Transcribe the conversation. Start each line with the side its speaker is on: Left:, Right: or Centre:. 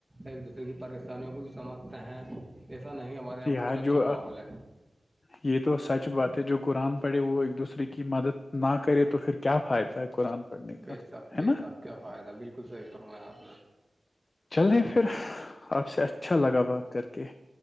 Right: ایک دوسرے کی پریشانیوں کو بھی سمجھ ہیں ایسا نہیں ہمارے یہاں
Left: یار
Right: بہت اچھا
Left: جو
Right: ماحول ہے
Left: یہ تو سچ بات ہے جو قرآن پڑے وہ ایک دوسرے کی کی مدد نہ کرے تو پھر کیا فائدہ ہے قرآن پڑھنے
Right: بے
Left: کا
Right: شک بے
Left: ہے نا
Right: شک کیا فائدہ بالکل صحیح فرمایا آپ نے
Left: چلے پھر آپ سے اچھا لگا بات کر کے